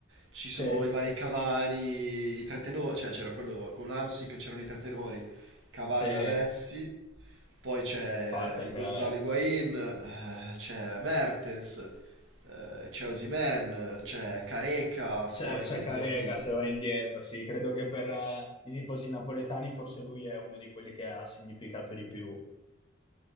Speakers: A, on the right (about 70°); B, on the left (about 25°).
A: ci sono
B: Se,
A: i vari Cavani, i tre tenori, cioè c'era quello con l'Amsic, c'erano i tre tenori, Cavani,
B: se
A: Lavezzi, poi c'è
B: parte anche
A: il Gonzalo
B: la Vez.
A: Higuain, eh, c'è Mertens, eh, c'è Osimhen, c'è Careca, storico
B: C'è c'è
A: dei
B: Carega
A: tempi...
B: se va indietro, sì. Credo che per eh, i tifosi napoletani forse lui è uno di quelli che ha significato di più.